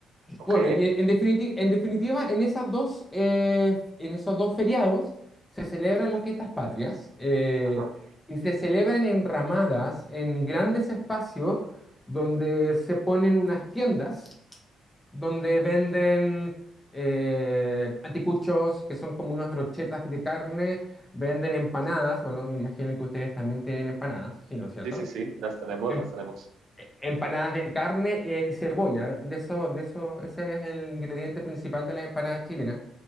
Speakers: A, on the right; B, on the left.
A: Ok.
B: Bueno, y en definitiva, en definitiva, en esas dos, eh, en esos dos feriados se celebran las fiestas patrias eh,
A: Ajá.
B: y se celebran en ramadas, en grandes espacios donde se ponen unas tiendas donde venden eh, anticuchos, que son como unas brochetas de carne, venden empanadas, bueno, me imagino que ustedes también tienen empanadas, ¿sí, no es cierto?
A: Sí, sí, sí, las tenemos,
B: Em-
A: las tenemos.
B: Empanadas de carne eh, y cebolla, de eso, de eso, ese es el ingrediente principal de las empanadas chilenas.